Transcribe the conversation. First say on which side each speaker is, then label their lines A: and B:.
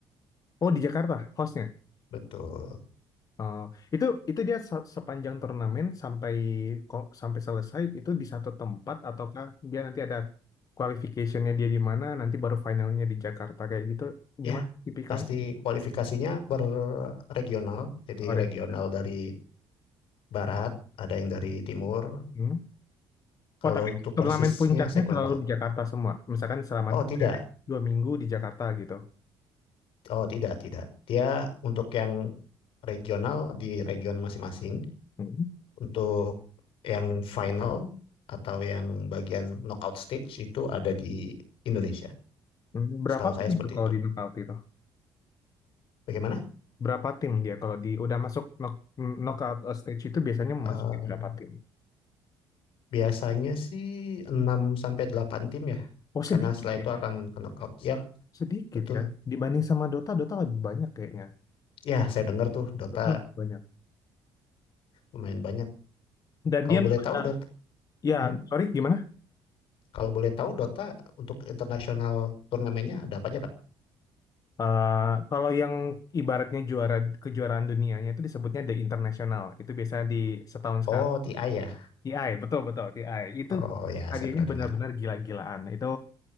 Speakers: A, on the left (about 40°); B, on the left (about 70°).
A: Oh, di Jakarta hostnya.
B: Betul.
A: eh, itu itu dia se- sepanjang turnamen sampai ko- sampai selesai itu di satu tempat ataukah dia nanti ada qualificationnya dia di mana nanti baru finalnya di Jakarta kayak gitu gimana
B: Ya,
A: tipikalnya
B: pasti kualifikasinya per regional, jadi
A: orang
B: regional
A: gitu.
B: dari barat, ada yang dari timur.
A: Hmm.
B: Kalau
A: Oh tapi
B: untuk
A: turnamen
B: persisnya
A: puncaknya
B: saya kurang
A: selalu
B: tahu.
A: di Jakarta semua misalkan selama
B: Oh, tidak.
A: dua minggu di Jakarta gitu.
B: Oh, tidak, tidak. Dia untuk yang regional di region masing-masing.
A: Hmm.
B: Untuk yang final atau yang bagian knockout stage itu ada di Indonesia.
A: Hmm, Berapa
B: Setahu saya
A: tim
B: seperti
A: itu kalau
B: itu.
A: di knockout itu?
B: Bagaimana?
A: Berapa tim dia kalau di udah masuk knock, knockout stage itu biasanya
B: Eh,
A: masukin berapa tim?
B: biasanya sih enam sampai 8 tim ya.
A: Oh
B: Karena
A: sedikit
B: setelah itu
A: ya.
B: akan ke knockout. Yap,
A: Sedikit
B: betul.
A: ya. Dibanding sama Dota, Dota lebih banyak kayaknya.
B: Ya, saya dengar tuh Dota
A: Dota lebih banyak.
B: lumayan banyak.
A: Dan
B: Kalau
A: dia
B: boleh
A: ada.
B: tahu Dota,
A: ya,
B: hmm?
A: sorry gimana?
B: Kalau boleh tahu Dota untuk internasional turnamennya ada apa aja, Kak?
A: Eh, kalau yang ibaratnya juara kejuaraan dunianya itu disebutnya the internasional. Itu biasanya di setahun sekali.
B: Oh, TI ya.
A: TI, betul betul TI. Itu
B: Oh ya,
A: hadiahnya
B: saya pernah dengar.
A: benar-benar gila-gilaan. Itu